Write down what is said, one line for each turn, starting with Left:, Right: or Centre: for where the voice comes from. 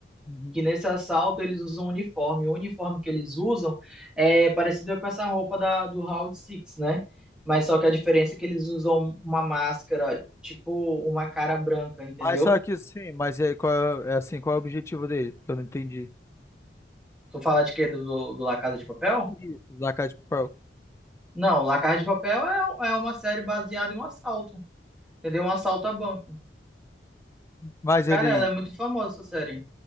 Left: Uhum.
Centre: que nesse assalto eles usam um uniforme. O uniforme que eles usam é parecido com essa roupa da, do Round Six, né? Mas só que a diferença é que eles usam uma máscara, tipo uma cara branca, entendeu?
Left: Mas só que sim, mas é, qual é, é assim, qual é o objetivo dele? Eu não entendi.
Centre: Tu fala de quê? Do, do, do La Casa de Papel?
Left: Isso, Zaca de Papel.
Centre: Não, La Casa de Papel é, é uma série baseada em um assalto, entendeu? Um assalto a banco.
Left: Mas
Centre: Cara,
Left: ele.
Centre: ela é muito famosa essa série.